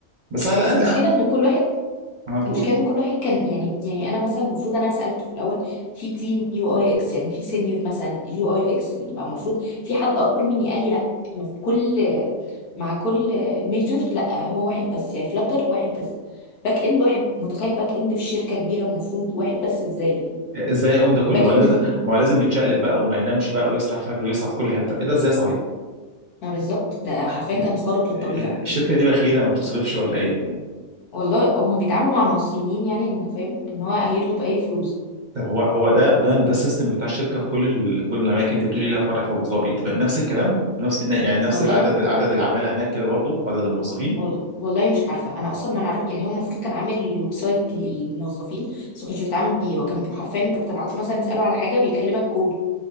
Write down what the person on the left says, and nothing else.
بس
المشكله
ان كل واحد
المشكله ان كل واحد كان يعني يعني انا مثلا المفروض انا سالت في الاول في تيم يو اي اكس يعني في سينيور مثلا يو اي اكس يبقى المفروض في حد اكبر مني قال لي لا ما في كل مع كل ميجر لا هو واحد بس يعني فلتر واحد بس باك اند واحد متخيل باك اند في شركه كبيره المفروض واحد بس ازاي
الباك
اند
اللي-
ما بالظبط ده حرفيا
كان خارق للطبيعه
والله هما بيتعاملوا مع المصريين يعني ان فاهم ان هو هيرضوا باي فلوس
والله
وال- والله مش عارفه انا اصلا ما نعرف يعني هو المفروض كان عامل ويب سايت للموظفين بس ما كانش بيتعامل بيه هو كان حرفيا انت بتبعت له مثلا تساله على حاجه بيكلمك كود